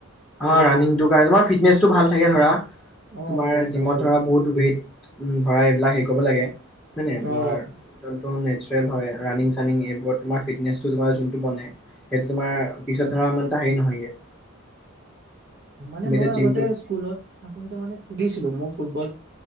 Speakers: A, on the right; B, in the centre.
A: কাবাডী
B: অ ৰাণীং যোগাৰ, এইবোৰত ফিটনেচটো ভাল থাকে ধৰা,
A: অ
B: তোমাৰ
A: গম
B: জিমত
A: পাইছো
B: ধৰা, বহুত ৱেইট ধৰা এইবিলাক ক'ব লাগে। হয়নে, তোমাৰ
A: অ
B: যোনটো নেচুৰেল হয় ৰাণীং ৰানিং এইবোৰত তোমাৰ ফিটনেচটো তোমাৰ যোনটো বনে, সেইটো তোমাৰ পিছত ধৰা সিমান এটা হেৰি নহয়গে।
A: মানে,
B: তুমি
A: মই
B: এতিয়া
A: আগতে
B: জিমটো
A: স্কুলত থাকোতে মানে খেলিছিলো মই ফুটবল,